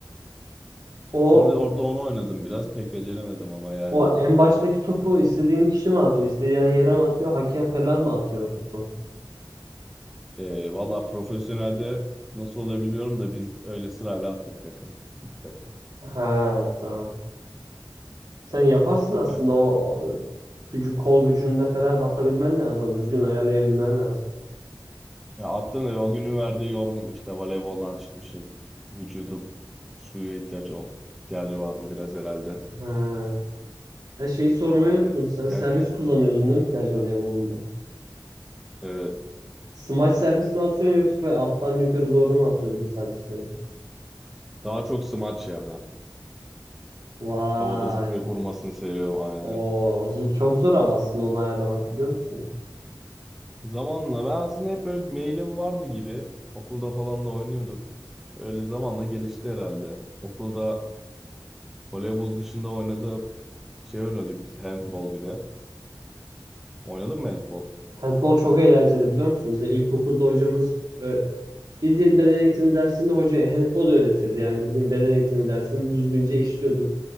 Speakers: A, on the right; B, in the centre.
A: O
B: Sonra da orada onu oynadım biraz. Pek beceremedim ama yani.
A: o en baştaki topu istediğin kişi mi atıyor? istediğin yere mi atıyor? Hakem falan mı atıyor o topu?
B: Ee, valla profesyonelde nasıl olabiliyorum da biz öyle sırayla attık takım. İki takım.
A: Ha tamam. Sen yaparsın aslında
B: Ee,
A: o gücü kol gücünde falan atabilmen lazım. Düzgün ayarlayabilmen lazım.
B: ya attım da o günün verdiği yorgunluk işte voleyboldan çıkmışım. Vücudum suya ihtiyacı, ihtiyacı vardı biraz herhalde.
A: Ha. Her şeyi sormayı
B: Aynen
A: unuttum.
B: sıcak
A: Sen servis
B: ya.
A: kullanıyordun değil mi plaj voleybolunda?
B: Evet.
A: Smaç servis mi atıyorsun yoksa böyle alttan yukarı doğru mu atıyordun servisleri?
B: Daha çok smaç ya ben.
A: Vay.
B: Havada zıplayıp vurmasını seviyorum aynen.
A: O çok zor ama aslında onu ayarlamak biliyor musun?
B: Zamanla ben aslında hep böyle mailim vardı gibi. Okulda falan da oynuyorduk. Öyle zamanla gelişti herhalde. Okulda voleybol dışında oynadığı şey oynuyorduk biz handball bir de. Oynadın mı handball?
A: Handball çok eğlenceli biliyor musun? Bize ilkokulda hocamız e, bildiğin beden eğitimi dersinde hoca handball öğretiyordu. Yani bildiğin beden eğitimi dersini düzgünce işliyorduk.